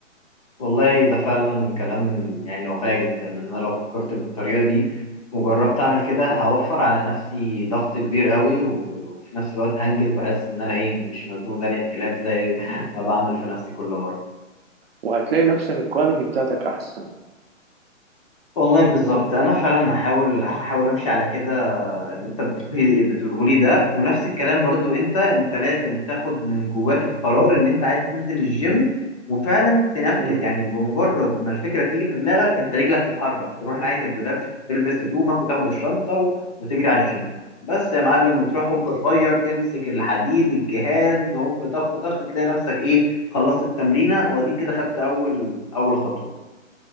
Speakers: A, on the left; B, on the right.
A: والله ده فعلا كلام يعني واقعي جدا ان انا لو فكرت بالطريقه دي وجربت اعمل كده هوفر
B: م.
A: على نفسي ضغط كبير قوي و... وفي نفس الوقت هنجز واحس ان انا ايه مش مزنوق زنقه كلاب زي ما بعمل في نفسي كل مره
B: وهتلاقي نفسك الكواليتي بتاعتك أحسن
A: والله بالظبط انا فعلا هحاول هحاول امشي على كده اللي انت بتقوله بتقوله لي ده ونفس الكلام برضو انت انت لازم تاخد من جواك القرار ان انت عايز تنزل الجيم وفعلا تنفذ
B: م.
A: يعني بمجرد ما الفكره تيجي في دماغك انت رجلك تتحرك تروح ناحيه الدولاب تلبس هدومك وتاخد الشنطه و... وتجري على الجيم بس يا معلم وتروح هوب تغير تمسك الحديد الجهاز هوب طخ طخ تلاقي نفسك ايه خلصت التمرينه واديك كده خدت اول اول خطوه